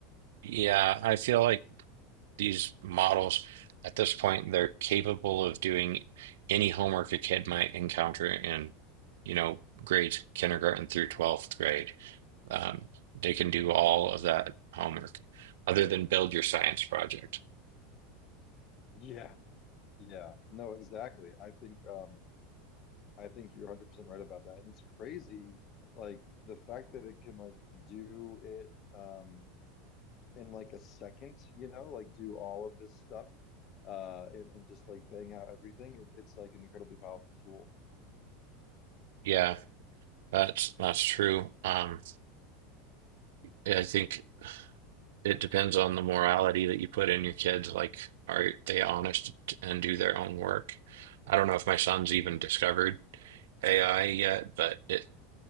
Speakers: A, on the right (about 80°); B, on the left (about 35°).
A: Yeah, I feel like these models at this point they're capable of doing any homework a kid might encounter in, you know, grades kindergarten through 12th grade. Um, they can do all of that homework other than build your science project.
B: Yeah. Yeah, no, exactly. I think um I think you're 100% right about that. And it's crazy like the fact that it can like do it um in like a second, you know, like do all of this stuff uh and, and just like bang out everything. It, it's like an incredibly powerful tool.
A: Yeah, that's that's true. Um, yeah, I think it depends on the morality that you put in your kids. Like, are they honest and do their own work? I don't know if my son's even discovered AI yet, but it